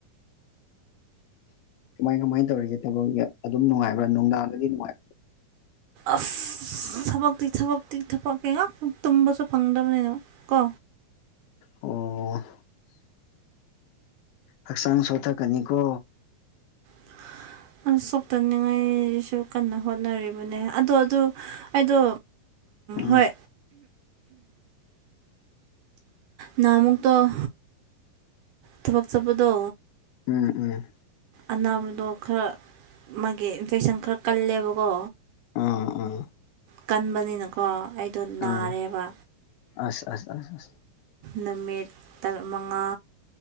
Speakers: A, on the left; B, on the right.
A: ꯀꯃꯥꯏ ꯀꯃꯥꯏꯅ ꯇꯧꯔꯤꯒꯦ ꯊꯕꯛꯁ ꯑꯗꯨꯝ ꯅꯨꯡꯉꯕꯥ ꯅꯨꯡꯗꯥꯡꯗꯗꯤ ꯅꯨꯡꯉꯥꯏꯕ
B: ꯑꯁ ꯊꯕꯛꯇꯤ ꯊꯕꯛꯇꯤ ꯊꯕ ꯉꯍꯥꯛ ꯇꯨꯝꯕꯁꯨ ꯐꯪꯗꯕꯅꯤꯅ ꯀꯣ
A: ꯑꯣ ꯍꯛꯆꯥꯡ ꯁꯣꯊꯀꯅꯤꯀꯣ
B: <unintelligible> ꯁꯣꯛꯇꯅꯤꯡꯉꯥꯏꯁꯨ ꯀꯟꯅ ꯍꯣꯠꯅꯔꯤꯕꯅꯦ ꯑꯗꯣ ꯑꯗꯨ ꯑꯩꯗꯣ
A: ꯎꯝ
B: ꯍꯣꯏ ꯅꯍꯥꯃꯨꯛꯇꫭ ꯊꯕꯛ ꯆꯄꯗꯣ
A: ꯎꯝ ꯎꯝ
B: ꯑꯅꯥꯕꯗꯣ ꯈꯔ ꯃꯥꯒꯤ ꯏꯟꯐꯦꯛꯁꯟ ꯈꯔ ꯀꯜꯂꯦꯕꯀꯣ
A: ꯑꯥ ꯑꯥ
B: ꯀꯟꯕꯅꯤꯅꯀꯣ ꯑꯩꯗꯣ ꯅꯥꯔꯦꯕ
A: ꯑꯥ ꯑꯁ ꯑꯁ ꯑ ꯑ
B: ꯅꯨꯃꯤꯠ ꯇꯔꯥ ꯃꯉꯥ